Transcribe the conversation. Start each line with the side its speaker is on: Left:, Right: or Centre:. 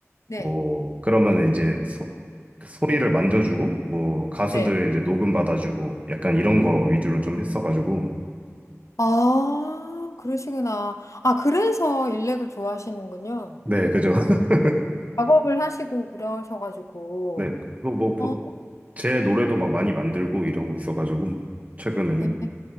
Left: 네,
Right: 뭐 그러면 이제 소, 소리를 만져주고 뭐 가수들
Left: 네.
Right: 이제 녹음 받아주고 약간 이런 거 위주로 좀 했어가지고
Left: 아, 그러시구나. 아, 그래서 일렉을 좋아하시는군요.
Right: 네
Left: 이렇게
Right: 그죠 <laughs>
Left: 작업을 하시고 그러셔가지고.
Right: 네 그거 뭐제
Left: 어,
Right: 노래도 막 많이 만들고 이러고 있어가지고 최근에는
Left: 네.